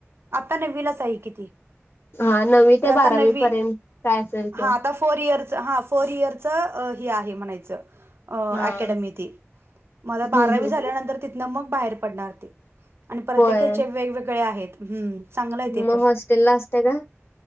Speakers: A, on the right; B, on the left.
A: आता नववीलाच आहे ती
B: हा नववी
A: म्हणजे
B: ते
A: आता
B: बारावी
A: नववी
B: पर्यंत काय असेल
A: हा
B: ते
A: आता फोर इयर हा फोर इयरच हे आहे म्हणायचं अ
B: हा.
A: अकॅडमी ती मला
B: हम्म
A: बारावी
B: हम्म हम्म
A: झाल्यानंतर तिथन मग बाहेर पडणार ती आणि परत्येकाचे
B: होय
A: वेगवेगळे आहेत हम्म चांगलंय ते
B: मग
A: पण
B: हॉस्टेलला असते का?